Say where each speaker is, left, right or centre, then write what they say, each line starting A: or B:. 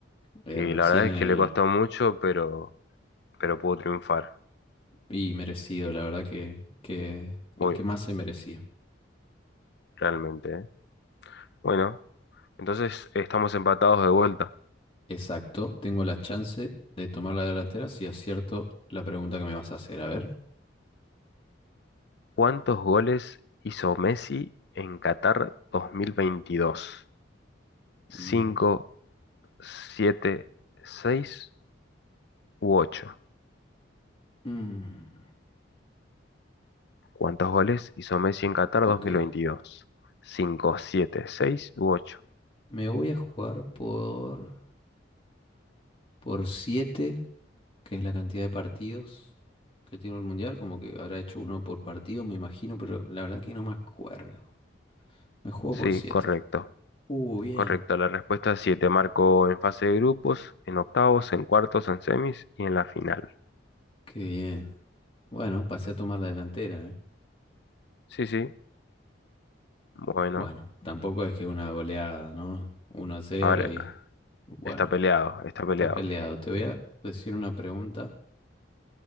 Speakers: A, on the left; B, on the left.
A: eh,
B: Y
A: recién
B: la verdad es
A: en
B: que
A: el...
B: le costó mucho, pero, pero pudo triunfar.
A: Y merecido, la verdad que, que el
B: Muy,
A: que más se merecía.
B: realmente. ¿eh? Bueno, entonces estamos empatados de vuelta.
A: Exacto, tengo la chance de tomar la delantera si acierto la pregunta que me vas a hacer. A ver.
B: ¿Cuántos goles hizo Messi en Qatar dos mil veintidós ¿Cinco,
A: Mm,
B: siete, seis u ocho?
A: mm,
B: ¿Cuántos goles hizo Messi en Qatar
A: ok,
B: dos mil veintidós ¿Cinco, siete, seis u ocho?
A: me voy a jugar por, por 7, que es la cantidad de partidos que tiene el Mundial. Como que habrá hecho uno por partido, me imagino, pero la verdad que no me acuerdo. Me juego
B: Sí,
A: por 7.
B: correcto.
A: Uh, bien,
B: Correcto, la respuesta es sí, te marcó en fase de grupos, en octavos, en cuartos, en semis y en la final.
A: qué bien. Bueno, pasé a tomar la delantera, ¿eh?
B: Sí, sí, bueno,
A: Bueno, tampoco es que una goleada, ¿no? Uno a cero
B: a ver,
A: y bueno.
B: está peleado, está peleado.
A: Está peleado. Te voy a decir una pregunta